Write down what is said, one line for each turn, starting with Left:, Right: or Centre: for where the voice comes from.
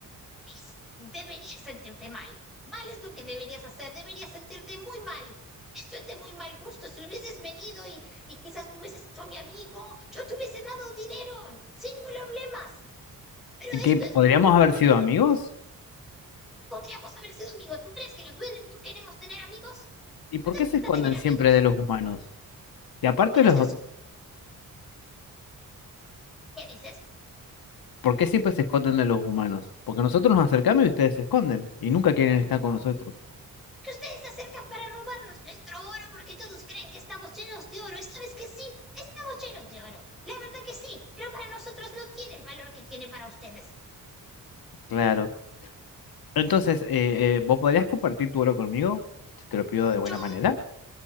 Centre: es- deberías sentirte mal. Mal es lo que deberías hacer, deberías sentirte muy mal. Esto es de muy mal gusto. Si hubieses venido y, y quizás te hubieses hecho mi amigo, yo te hubiese dado dinero, sin problemas. Pero
Left: ¿Y que
Centre: esto
Left: podríamos
Centre: es, es-
Left: haber sido amigos?
Centre: Podríamos haber sido amigos. ¿Tú crees que los duendes no queremos tener amigos?
Left: ¿Y por
Centre: Nos
Left: qué
Centre: encanta
Left: se esconden
Centre: tener amigos.
Left: siempre de los humanos? Y aparte
Centre: ¿Por qué no
Left: los,
Centre: se... ¿Qué dices?
Left: ¿Por qué siempre se esconden de los humanos? Porque nosotros nos acercamos y ustedes se esconden y nunca quieren estar con nosotros.
Centre: que ustedes se acercan para robarnos nuestro oro porque todos creen que estamos llenos de oro. ¿Y sabes que sí? Estamos llenos de oro. La verdad que sí, pero para nosotros no tiene el valor que tiene para ustedes.
Left: Claro. Entonces, eh, eh, ¿vos podrías compartir tu oro conmigo? Si te lo pido de buena
Centre: Yo,
Left: manera.